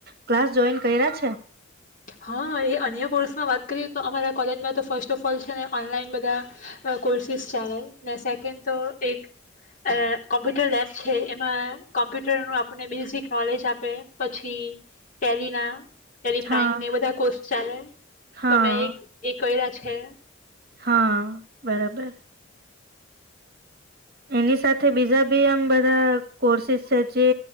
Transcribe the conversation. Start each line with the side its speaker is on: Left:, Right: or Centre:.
Right: ક્લાસ જોઈન કઇરા છે?
Left: હા, એ અન્ય કોર્સમાં વાત કરીએ તો અમારા કોલેજમાં તો ફર્સ્ટ ઓફ ઓલ છે. ને ઓનલાઈન બધા કોર્સિસ ચાલે ને સેકન્ડ તો એક અ કોમ્પ્યુટર લેબ છે એમાં કોમ્પ્યુટ ું આપને બેઝિક નોલેજ આપે પછી, ટેલના ચરી ફ્રાય
Right: હા
Left: ને બધા કો ચાલે
Right: હા
Left: તોમે એક એ કહી રહ્યા છ છે
Right: હા બરાબર એની સાથે બીજા બી આમ બધા કોર્સિસ છે જે